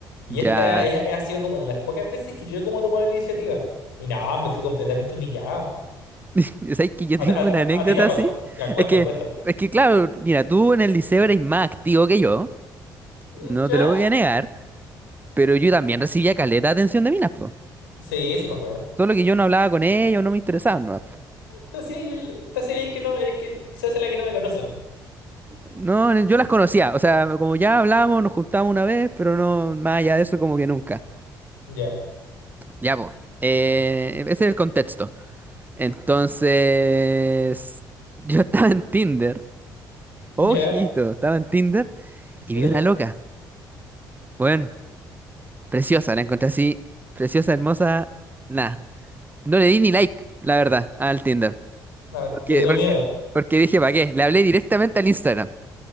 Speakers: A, on the left; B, on the right.
A: Y esta
B: ya.
A: es- ha sido como de las pocas veces que yo he como tomado la iniciativa. Y nada, me fui completamente humillado.
B: <laughs> ¿Sabes que yo
A: ¿A,
B: tengo
A: a-
B: una
A: a-
B: anécdota
A: a ti te ha pasado?
B: así?
A: Ya, cuéntame,
B: Es que,
A: cuéntame.
B: es que claro, mira, tú en el liceo eres más activo que yo,
A: Mm,
B: no
A: ¿Ya?
B: te lo voy a negar. Pero yo también recibía caleta de atención de minas, po.
A: Sí, sí me acuerdo.
B: Solo que yo no hablaba con ellas, no me interesaban, no, po.
A: Te hacía ahí el, te hacía ahí el que no, el que se hace la que no me conoce, ¿no?
B: No, yo las conocía, o sea, como ya hablábamos, nos juntábamos una vez, pero no, más allá de eso, como que nunca.
A: Ya,
B: Ya, po. Eh, ese es el contexto. Entonces, yo estaba en Tinder, ojito,
A: ya,
B: estaba en Tinder y
A: ya.
B: vi una loca, bueno, preciosa, la encontré así, preciosa, hermosa, nada. No le di ni like, la verdad, al Tinder.
A: Ah,
B: Porque,
A: te dio
B: porque,
A: miedo.
B: porque dije, ¿para qué? Le hablé directamente al Instagram.